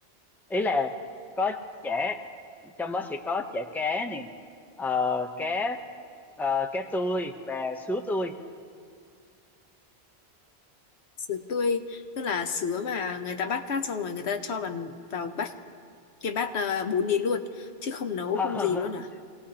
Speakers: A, in the centre; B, on the left.
A: ý là có chả trong đó sẽ có chả cá nè ờ, cá ờ, cá tươi và sứa tươi
B: sứa tươi tức là sứa mà người ta bắt phát xong rồi người ta cho vào vào bắt cái bát ờ, bún đi luôn chứ không nấu
A: <laughs>
B: không gì luôn à